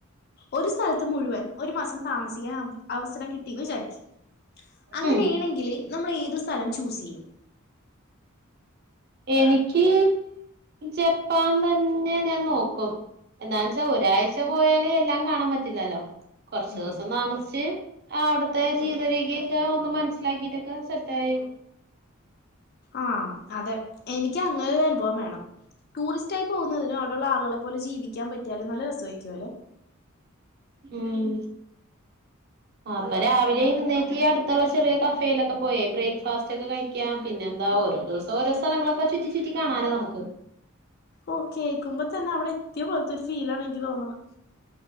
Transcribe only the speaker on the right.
ഉം
എനിക്ക് ജപ്പാൻ തന്നെ ഞാൻ നോക്കും. എന്താന്ന്ച്ചാൽ ഒരാഴ്ച പോയാല് എല്ലാം കാണാൻ പറ്റില്ലല്ലോ കൊറച്ച
ദിവസം താമസിച് ആ അവിടുത്തെ ജീവിതരേഖയൊക്കെ ഒന്ന് മനസ്സിലാക്കിയിട്ടൊക്കെ സെറ്റായി
ഉം ആഹ് അപ്പൊ രാവിലെ എഴുന്നേറ്റു അടുത്തുള്ള ചെറിയ കഫേയിലൊക്കെ പോയേ ബ്രേക്ക്ഫാസ്റ്റ് ഒക്കെ കഴിക്ക ക്ക്യ പിന്നെ എന്താ ഓരോ ദിവസം ഓരോ സ്ഥലങ്ങളൊക്കെ ചുറ്റി ചുറ്റി കാണാലോ നമുക്ക്.